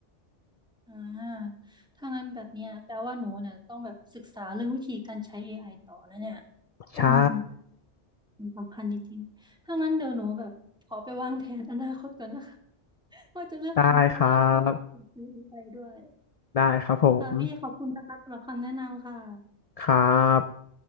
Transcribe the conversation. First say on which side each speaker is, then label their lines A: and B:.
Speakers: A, in the centre; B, on the left.
A: อ่าถ้างั้นแบบเนี้ยแปลว่าหนูเนี่ยต้องแบบศึกษาเรื่องวิธีการใช้ AI ต่อนะเนี่ยอืม
B: ใช่
A: มันสำคัญจริงๆถ้างั้นเดี๋ยวหนูแบบขอไปวางแผนอนาคตก่อนนะคะ <laughs> ว่าจะเลือกคณะอะไรแล้วก็แบบไป้
B: ได้ครับ
A: AI ด้วย
B: ได้ครับผม
A: ค่ะพี่ขอบคุณนะคะสำหรับคำแนะนำค่ะ
B: ครับ